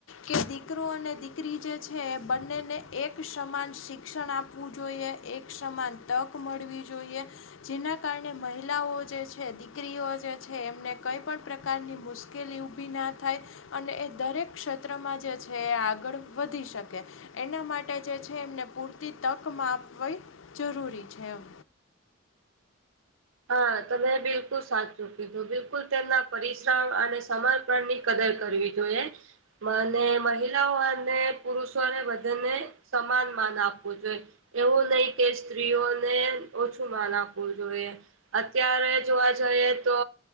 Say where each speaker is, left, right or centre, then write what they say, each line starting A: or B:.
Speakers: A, on the left; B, on the right.
A: કે દીકરો અને દીકરી જે છે એ બંનેને એક સમાન શિક્ષણ આપવું જોઈએ એક સમાન તક મળવી જોઈએ જેના કારણે મહિલાઓ જે છે દીકરીઓ જે છે એમને કઈ પણ પ્રકારની મુશ્ મુશ્કેલી ઊભી ના થાય અને એ દરેક ક્ષેત્રમાં જે છે એ આગળ વધી શકે. એના માટે જે છે એમને પૂરતી તક મા આપવી જરૂરી છે એમ
B: હા તમેં બિલકુલ સાચૂ કીધુ બિલકુલ તેમના પરિશ્રમ અને સમર્ પણ ની કદર કરવી જોઈએ. મને મહિલાઓ અને પુરુષોને બધાને સમાન માન આપવું જોઈએ. એવું નહી કે સ્ત્રીઓને ઓછું માન આપવું જોઈએ. અત્યારે જોવા જઈએ તો